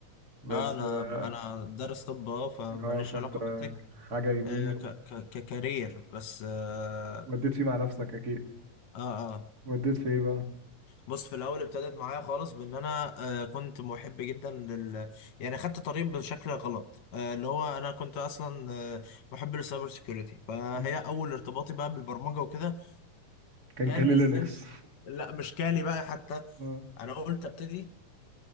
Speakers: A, on the right; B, on the left.
A: بس
B: آه، انا
A: آه
B: انا دارس طب اه فماليش
A: آه، فأنت
B: علاقة بالتك
A: حاجة يمين
B: آه، ك ك ككارير بس آه
A: وديت فيه مع نفسك أكيد
B: اه اه
A: وديت في إيه بقى؟
B: بص في الاول ابتدت معايا خالص بان انا آه كنت محب جدا لل يعني خدت طريق بشكل غلط آه اللي هو انا كنت اصلا آه محب للسايبر سيكيورتي فهي
A: ماشي
B: اول ارتباطي بقى بالبرمجه وكده
A: كان
B: كان
A: كان لينكس
B: نزلت لا مش كالي بقى حتى
A: اه
B: انا قلت ابتدي